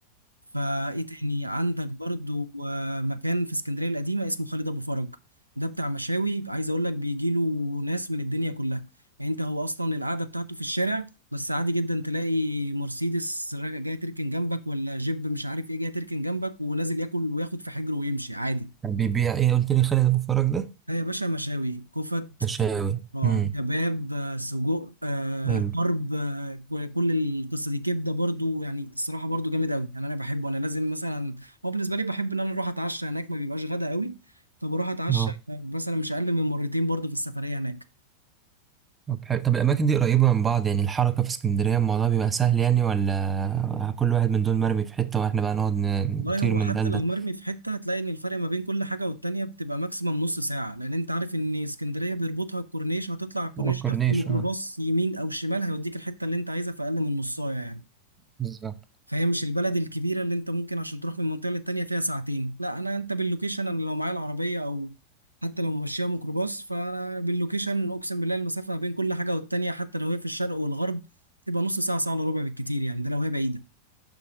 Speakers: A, on the right; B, on the right.
A: فايه تاني عندك برضو آه، مكان في اسكندريه القديمه اسمه خالد ابو فرج ده بتاع مشاوي عايز اقول لك بيجي له ناس من الدنيا كلها يعني انت هو اصلا القعده بتاعته في الشارع بس عادي جدا تلاقي مرسيدس راجع- جاي تركن جنبك ولا جيب مش عارف ايه جاي تركن جنبك ونازل ياكل وياخد في حجره ويمشي عادي
B: بيبيع ايه قلت لي خالد ابو فرج ده
A: ده يا باشا مشاوي كفت
B: مشاوي
A: اه
B: امم
A: كباب آه، سجق آه،
B: حلو
A: طرب آه، ك- كل القصه دي كبده برضو يعني الصراحه برضو جامد قوي يعني انا بحبه انا لازم مثلا هو بالنسبه لي بحب ان انا اروح اتعشى هناك ما بيبقاش غدا قوي فبروح اتعشى
B: اه
A: آه، مثلا مش اقل من مرتين برضو في السفريه هناك
B: طب حلو طب الاماكن دي قريبه من بعض يعني الحركه في اسكندريه الموضوع بيبقى سهل يعني ولا كل واحد من دول مرمي في حته واحنا بقى نقعد ن-
A: والله
B: نطير
A: هو
B: من
A: حتى
B: ده لده
A: لو مرمي في حته هتلاقي ان الفرق ما بين كل حاجه والتانيه بتبقى ماكسيمم نص ساعه لان انت عارف ان اسكندريه بيربطها الكورنيش هتطلع على الكورنيش
B: ما فكرنيش
A: تاخد ميكروباص
B: اه
A: يمين او شمال هيوديك الحته اللي انت عايزها في اقل من نصايه يعني
B: بالظبط
A: فهي مش البلد الكبيرة اللي انت ممكن عشان تروح من منطقة للتانية فيها ساعتين لا انا انت باللوكيشن انا لو معايا العربية او حتى لو ماشية ميكروباص فانا باللوكيشن اقسم بالله المسافة ما بين كل حاجة والتانية حتى لو هي في الشرق والغرب تبقى نص ساعة ساعة الا ربع بالكتير يعني ده لو هي بعيدة